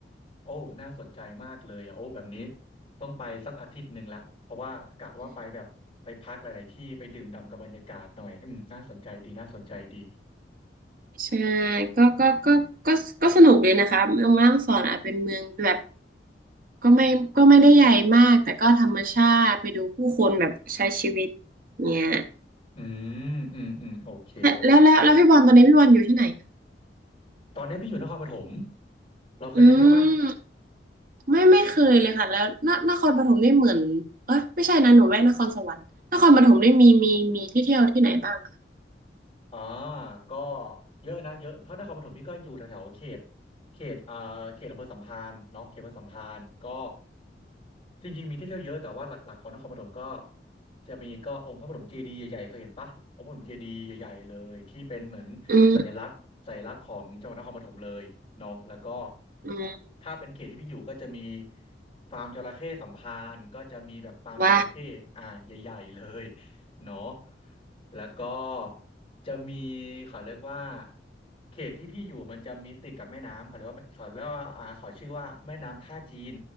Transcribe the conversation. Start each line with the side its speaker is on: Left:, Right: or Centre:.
Left: โอ้น่าสนใจมากเลยอ่ะโอ้แบบนี้ต้องไปสักอาทิตย์หนึ่งละเพราะว่ากะว่าไปแบบไปพักหลายๆที่ไปดื่มด่ำกับบรรยากาศหน่อยอืมน่าสนใจดีน่าสนใจดี
Right: <laughs> ใช่ก็ก็ก็ก็ก็สนุกเลยนะคะเมืองแม่ฮ่องสอนอาจเป็นเมืองแบบก็ไม่ก็ไม่ได้ใหญ่มากแต่ก็ธรรมชาติไปดูผู้คนแบบใช้ชีวิตเนี่ย
Left: อืมอืมอืมโอเคโอเค
Right: แล้วแล้วแล้วพี่บอลตอนนี้พี่บอลอยู่ที่ไหนนะ
Left: ตอนนี้พี่อยู่นครปฐมเราเคยมาเที่ยวปะ
Right: อืมไม่ไม่เคยเลยค่ะแล้วนนครปฐมนี่เหมือนเอ้ยไม่ใช่นะหนูแวะนครสวรรค์นครปฐมนี่มีมีมีที่เที่ยวที่ไหนบ้างคะ
Left: อ่าก็เยอะนะเยอะถ้านครปฐมพี่ก็อยู่แถวๆเขตเขตอ่าเขตอำเภอสัมพันธ์เนาะเขตอำเภอสัมพันธ์ก็จริงๆมีที่เที่ยวเยอะแต่ว่าหลักๆของนครปฐมก็จะมีก็องค์พระปฐมเจดีย์ใหญ่ๆเคยเห็นปะองค์พระปฐมเจดีย์ใหญ่ๆเลยที่เป็นเหมือนสัญลักษณ์สัญลักษณ์ของจังหวัดนครปฐมเลยเนาะแล้วก็
Right: อืมอืม
Left: ถ้าเป็นเขตที่พี่อยู่ก็จะมีฟาร์มจระเข้สัมพันธ์ก็จะมีแบบฟาร์มจระเข้อ่าใหญ่ๆเลย
Right: ว่า
Left: เนาะแล้วก็จะมีเขาเรียกว่าเขตที่พี่อยู่มันจะมีติดกับแม่น้ำเขาเรียกว่าเขาเรียกว่าอ่าเขาชื่อว่าแม่น้ำท่าจีน